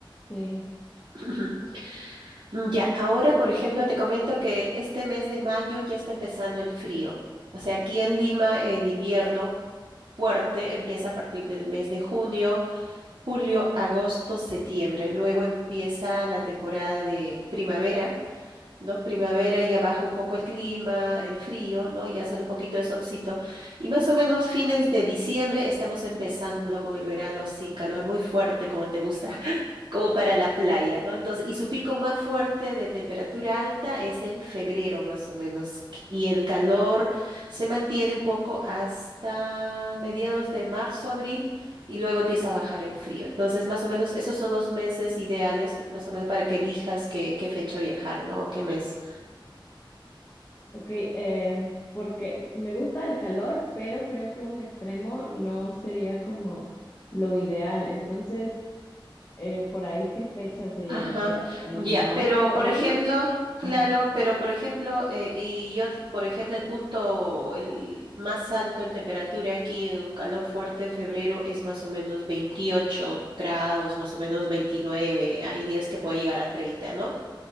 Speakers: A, on the left; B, on the right.
A: sí,
B: <clears throat> Mm, Ya, ahora, por ejemplo, te comento que este mes de mayo ya está empezando el frío. O sea, aquí en Lima el invierno fuerte empieza a partir del mes de junio, julio, agosto, septiembre. Luego empieza la temporada de primavera ¿no? Primavera ya baja un poco el clima, el frío, ¿no? Ya sale un poquito de solcito. Y más o menos fines de diciembre estamos empezando con el verano así, calor muy fuerte como te gusta, <laughs> como para la playa, ¿no? Entonces, y su pico más fuerte de temperatura alta es en febrero más o menos. Y el calor se mantiene un poco hasta mediados de marzo, abril y luego empieza a bajar el frío. Entonces, más o menos, esos son los meses ideales, más o menos, para que elijas qué, qué fecha viajar, ¿no? O qué mes.
A: ok, eh, porque me gusta el calor, pero creo que un extremo no sería como lo ideal, entonces, eh, por ahí qué fecha sería,
B: Ajá,
A: no sé, en
B: ya,
A: marzo,
B: pero
A: abril.
B: por ejemplo, claro,
A: Ajá.
B: pero por ejemplo, eh, y yo, t- por ejemplo, el punto el más alto en temperatura aquí, eh, un calor fuerte en febrero es más o menos 28 grados, más o menos 29, hay días que puede llegar a 30, ¿no?